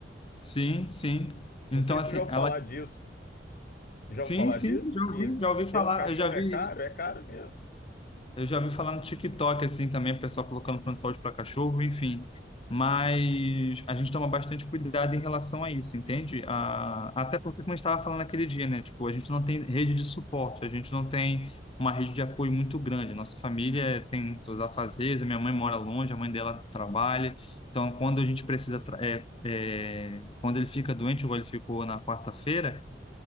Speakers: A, on the left; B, on the left.
A: Sim, sim. Então,
B: Não sei
A: assim,
B: se já ouviu
A: ela.
B: falar disso. Já
A: Sim,
B: ouviu falar
A: sim,
B: disso?
A: já
B: Que
A: ouvi, já ouvi falar.
B: ter um cachorro
A: Eu já vi
B: é caro? É caro mesmo.
A: Eu já vi falar no TikTok, assim, também, o pessoal colocando plano de saúde para cachorro, enfim. Mas a gente toma bastante cuidado em relação a isso, entende? A- até porque, como a gente estava falando naquele dia, né? Tipo, a gente não tem rede de suporte, a gente não tem uma rede de apoio muito grande. Nossa família tem seus afazeres, a minha mãe mora longe, a mãe dela trabalha. Então, quando a gente precisa... tra- é, é, quando ele fica doente, igual ele ficou na quarta-feira,